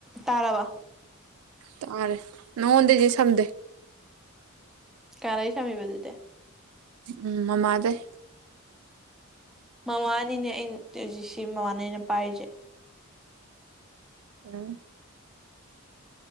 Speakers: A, in the centre; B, on the right.
A: ꯇꯥꯔꯕ
B: ꯇꯥꯔꯦ ꯅꯣꯡꯉꯣꯟꯗꯩꯗꯤ ꯁꯝꯗꯦ
A: ꯀꯅꯥꯗꯩꯩ ꯁꯝꯃꯤꯕꯥ ꯑꯗꯨꯗꯤ
B: ꯎꯝ ꯃꯃꯥ ꯗꯩ
A: ꯃꯃꯥꯅꯤꯅꯦ ꯑꯩꯅꯖꯤꯛꯁꯤ ꯃꯃꯥꯅꯤꯅꯦ ꯄꯥꯏꯔꯤꯁꯦ
B: ꯎꯝ